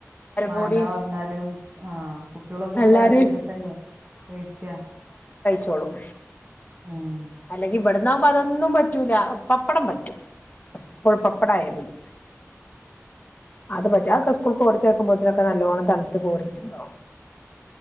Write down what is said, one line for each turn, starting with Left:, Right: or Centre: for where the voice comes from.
Right: വേണ്ടാ
Left: കൂടി
Right: പറഞ്ഞാലും ആഹ് കുട്ടികളൊക്കെ
Left: എല്ലാരും
Right: ഷെയർ ചെയ്തിട്ടല്ലേ കഴിക്ക
Left: ച്ചോളും
Right: ആഹ്
Left: അല്ലങ്കി ഇവിടെ ഇന്ന് ആവുമ്പോൾ അതൊന്നും പറ്റൂല പപ്പടം പറ്റും എപ്പോഴും പപ്പടായ മതി അത് പറ്റാ കഷ്ട ക്ക് കൊടുത്തേക്കുമ്പോത്തിനൊക്കെ നല്ലോണം തണുത്ത് കോടിട്ടുണ്ടോ